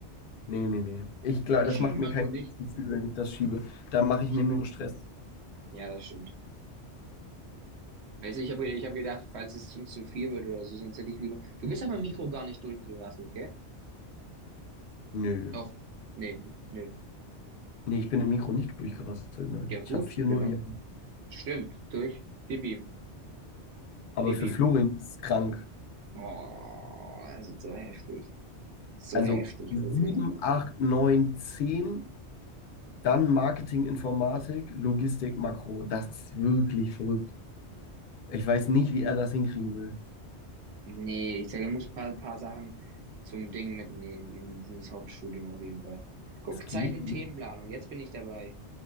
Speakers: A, on the left; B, on the right.
A: Nee, nee, nee. Ich glaube,
B: ich
A: das
B: schieb
A: macht
B: Marco
A: mir kein
B: nicht.
A: gutes Gefühl, wenn ich das schiebe. Da mache ich
B: Ich
A: mir
B: habe
A: nur
B: ihn.
A: Stress.
B: Ja, das stimmt. Weißt du, ich habe ich hab gedacht, falls es uns zu viel wird oder so, sonst hätte ich lieber. Du bist aber Mikro gar nicht durchgerasselt, gell?
A: Nö.
B: Doch. Nee, nee.
A: Nee, ich bin im Mikro nicht durchgerastet, nein.
B: Ja, gut,
A: Ich habe vier
B: genau.
A: null ja.
B: Stimmt, durch. Gib ihm,
A: Aber
B: gib
A: für
B: ihm.
A: Florian ist es krank.
B: Oh, das ist so heftig. So
A: Also
B: heftig,
A: 7,
B: wirklich.
A: 8, 9, 10, dann Marketing, Informatik, Logistik, Makro. Das ist wirklich verrückt. Ich weiß nicht, wie er das hinkriegen will.
B: Nee, ich sage, er muss ein paar, paar Sachen zum Ding mitnehmen in dieses Hauptstudium auf jeden Fall. Guck,
A: Es geht
B: Zeit- und
A: nicht.
B: Themenplanung, jetzt bin ich dabei.